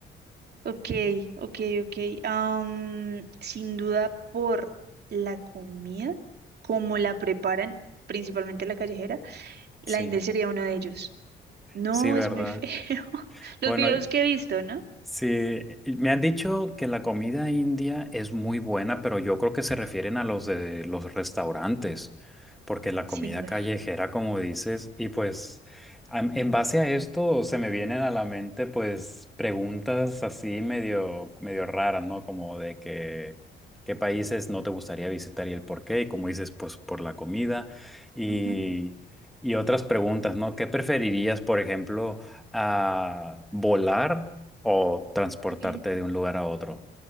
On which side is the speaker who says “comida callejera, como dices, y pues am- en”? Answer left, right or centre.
Centre